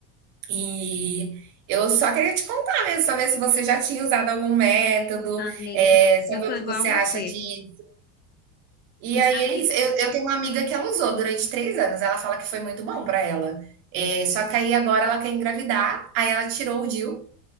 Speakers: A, on the right; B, on the left.
A: e eu só queria te contar mesmo, só ver se você já tinha usado algum método,
B: Ah, amiga,
A: eh, saber
B: eu tô
A: o
B: igual
A: que você
B: a você.
A: acha de e
B: E
A: aí
B: sabe?
A: é eu eu tenho uma amiga que ela usou durante 3 anos, ela fala que foi muito bom pra ela. Eh, só que aí agora ela quer engravidar, aí ela tirou o DIU,